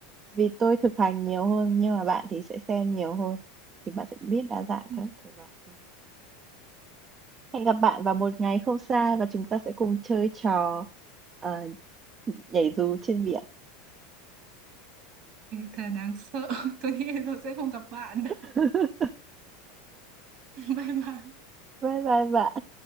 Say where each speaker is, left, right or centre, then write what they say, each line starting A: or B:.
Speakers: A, on the right (about 30°); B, on the right (about 55°).
A: Vì tôi thực hành nhiều hơn nhưng mà bạn thì sẽ xem nhiều hơn thì bạn sẽ biết đa dạng
B: ui,
A: các thể loại hơn. Hẹn gặp bạn vào một ngày không xa và chúng ta sẽ cùng chơi trò ờ, nhảy dù trên biển.
B: thật đáng sợ, <laughs> tôi nghĩ tôi sẽ không gặp bạn
A: <laughs>
B: đâu, may mà
A: Vâng, vâng, vâng.